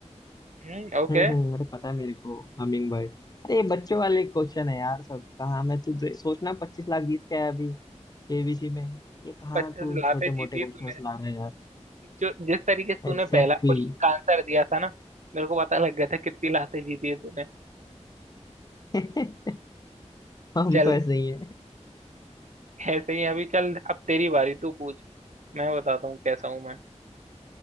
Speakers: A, on the right (about 80°); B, on the left (about 35°).
A: हम्म ओके
B: हम्म हम्म अरे पता है मेरे को हमिंग बर्ड अरे ये बच्चों
A: ठीक
B: वाले
A: है
B: क्वेश्चन है यार सब कहाँ मैं तू दे- सोचना पच्चीस लाख जीत गया है अभी केबीसी में ये कहाँ
A: पचास
B: तू
A: लाते
B: छोटे मोटे
A: जीती
B: क्वेश्चन
A: तूने
B: ला रहा है यार
A: जो जिस तरीके से तूने
B: Exactly
A: पहला क्वेश्चन का आंसर दिया था ना मेरे को पता लग गया था कितनी लाते जीती है तूने
B: <laughs> exactly. हम
A: चल
B: तो ऐसे ही
A: ऐसे ही अभी चल अब तेरी बारी तू पूछ मैं बताता हूँ कैसा हूँ मैं